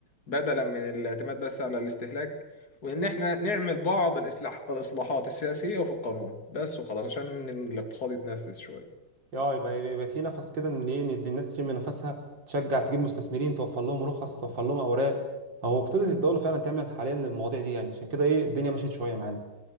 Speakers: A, on the left (about 50°); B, on the right (about 65°).
A: بدلا من الاعتماد بس على الاستهلاك وان احنا نعمل بعض الإصلاح الاصلاحات السياسية وفي القانون بس وخلاص عشان الاقتصاد يتنفذ شوية
B: اه يبقى يبقى يبقى في نفس كده ان ايه ندي الناس تشم نفسها تشجع تجيب مستثمرين توفر لهم رخص توفر لهم اوراق هو ابتدت الدوله فعلا تعمل حاليا المواضيع دي يعني عشان كده ايه الدنيا مشيت شويه معانا